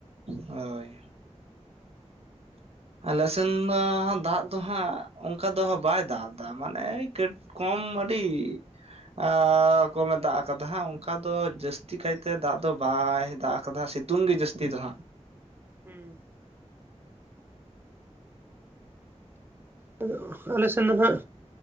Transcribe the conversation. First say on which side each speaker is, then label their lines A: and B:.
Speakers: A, on the right; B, on the right.
A: ᱦᱳᱭ ᱟᱞᱥᱮᱱᱻ ᱫᱚᱻ ᱫᱟᱜ ᱫᱚ ᱦᱟᱸᱜ ᱚᱱᱠᱟ ᱫᱚᱟᱸᱜ ᱵᱟᱭ ᱫᱟᱜ ᱮᱫᱟ ᱢᱟᱱᱮ ᱠᱥᱹᱴᱤᱡ ᱠᱚᱢ, ᱟᱹᱰᱤ ᱟᱸᱻ ᱠᱚᱢᱮ ᱫᱟᱜ ᱟᱠᱟᱫᱟ ᱦᱟᱜ ᱚᱱᱠᱟ ᱫᱚ, ᱡᱟᱹᱥᱛᱤ ᱠᱟᱭᱛᱮ ᱫᱟᱜ ᱫᱚ ᱵᱟᱭᱻ ᱫᱟᱜ ᱟᱠᱟᱫᱟ ᱥᱤᱛᱩᱝ ᱜᱮ ᱡᱟᱹᱥᱛᱤ ᱫᱚ ᱦᱟᱸᱜ
B: ᱦᱮᱸ ᱟᱫᱚ ᱟᱞᱮᱮᱥᱱ ᱫᱚ ᱱᱟᱦᱟᱜ